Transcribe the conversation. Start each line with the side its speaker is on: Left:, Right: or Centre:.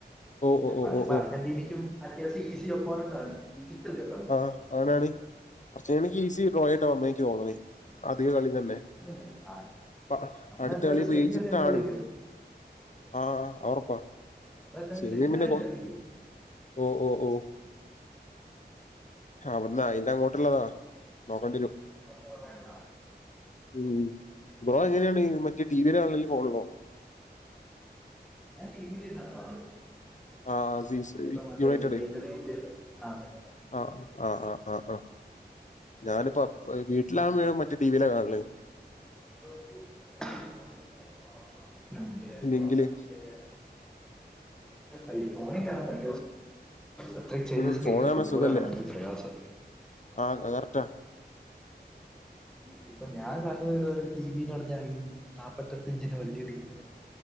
Left: ഓ ഓ ഓ
Centre: പറിമ്പൊ
Left: ഓ ഓ
Centre: അർജന്റീനയ്ക്കും മറ്റേ സീസി അപ്പോണ്ട ഡിജിറ്റല്ലേ ഇപ്പോ
Left: ആഹ് ആണ് ആണ് കൊറച്ചേണ്ങ്കി ഈസി ട്രോയിടോമെ ഇക്ക്തോന്ന്ണേ അത് കളി <unintelligible> നെ
Centre: അല്ലേ? ആ
Left: പ
Centre: നമ്മളെന്തായാലും
Left: അട്ത്ത കളിപ്പ
Centre: സെമി
Left: ഈജിപ്താണ്
Centre: വരെ എന്തായാലും കയറും
Left: ആ അവൊർപ്പാ
Centre: നമ്മളെന്തായാലും
Left: സേമിയൻ
Centre: സെമി
Left: പിന്നെ
Centre: വരെ
Left: കൊറ
Centre: എന്തായാലും കയറും
Left: ഓ ഓ ഓ അവ്ട്ന്ന് അയിന്റെ അങ്ങോട്ട്ള്ളതാ നോക്കേണ്ടിവരും
Centre: അപ്പപ്പൊവേണ്ട
Left: ഉം ബ്രോ എങ്ങനെയാണ് മറ്റേ ടി വിലാണ്ല് ഫോണ്ലോ
Centre: ഞാൻ ടീവിലിരുന്നാ കാണല്
Left: ആഹ് സീസ്
Centre: <inaudible> ഇപ്പ മറ്റേ
Left: United
Centre: സ്പൈൻന്റെ <inaudible>
Left: ah ah ah ah ah ah ഞാന്പ്പോ A വീട്ടിലാകുമ മറ്റേ ടീവീലാകാണ്ല്
Centre: <unintelligible>
Left: ലിങ്കില്
Centre: അയ് ഫോണികേറാൻ <unintelligible> അത്രയും ചെിയ
Left: ഉം
Centre: സ്ക്രീനില്
Left: ഫോണ് കാണാൻ
Centre: ഫുട്ബോളാണാൻ
Left: സുഖല്ലേ
Centre: ഭയങ്കരപ്രയാസാ
Left: ആഹ് അത് കറക്റ്റാ
Centre: വീ ഇപ്പൊ ഞാൻ കണ്നത് ഇവിടെ ടി വിന്ന് പറഞ്ഞാല് നാപ്പത്തെട്ട്ഞ്ചിന്റെ വല്യ ടി വി